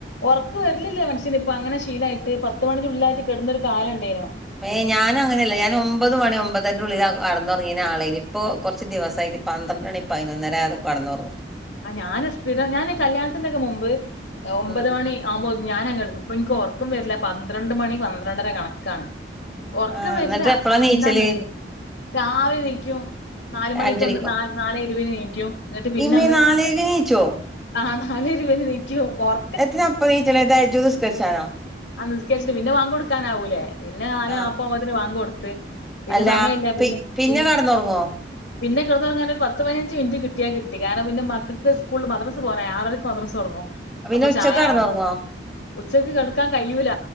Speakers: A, on the left; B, in the centre.
A: ഒറക്ക് വരില്ലില്ല മനുഷ്യന് ഇപ്പോ അങ്ങനെ ശീലയിട്ട് പത്ത് മണി ന്റെ ള്ളിലായിട്ട് കെടന്നൊരു കാലംണ്ടേനു
B: മേ ഞാനങ്ങനെയല്ല ഞാൻ ഒമ്പത് മണി ഒമ്പത് അതിൻ്റെ ഉള്ളിലാ കടന്നുറങ്ങിന ആളേനി ഇപ്പോ കൊറച്ച് ദിവസമായിട്ട് പന്ത്രണ്ട്ണി പതിനൊന്നര ആകാതെ കടന്നുറങ്ങും
A: ആ ഞാൻ സ്ഥിരം ഞാന് കല്യാണത്തിന്റെക്കെ മുമ്പ് ഒമ്പത്
B: ഉം
A: മണി ആവ്പോത് ഞാനങ്ങെടുക്ക ഇപ്പൊ എനിക്ക് ഒറക്കും വരില്ല പന്ത്രണ്ട് മണി പന്ത്രണ്ടര കണക്കാണ് ഒറക്കം
B: ആ
A: വരില്ല
B: എന്നിട്ട് എപ്പളാ
A: ആ
B: നീച്ചല്
A: എന്താന്നറിയോ രാവിലെ നീക്കും നാലുമണിക്കൊന്ന്
B: അഞ്ചണിക്കോ
A: നല് നാല ഇരുപന് നീക്കും എന്നിട്ട് പിന്നൊന്ന്
B: ഇമ്മേ നാലരക്ക് നീച്ചോ
A: ആഹ് നാലേ ഇരുപെന് നീക്കും ഒർ
B: എത്തിനാപ്പം നീച്ച്ണത് തഹജ്ജുദ് നിസ്കരിചാനോ
A: ആ നിസ്കരിച്ചിട്ട് പിന്നെ ബാങ്ക് കൊടുക്കാനാവൂലേ പിന്നെ നാലേ
B: ആ
A: നാപ്പത് ആവുമ്പോത്തിന് ബാങ്ക് കൊടുത്ത് പിന്നെ
B: അല്ല
A: സമയല്ല പിന്നെ
B: പി
A: പിന്നെ
B: കടന്നുറങ്ങോ
A: പിന്നെ കെടന്നൊറങ്ങാൻ ഒരുപത്ത് പതിനഞ്ച് മിനിറ്റ് കിട്ടിയകിട്ടി കാരണം പിന്നെ മക്കക്ക് സ്കൂൾ മദ്രസ് പോകാനായി ആറരക്ക് മദ്രസ തൊടങ്ങും
B: പിന്നെ
A: അപ്പൊ
B: ഉച്ചക്ക്
A: ചായാവണം
B: കടന്നുറങ്ങോ
A: ഉച്ചക്ക് കെടക്കാൻ കഴിയൂല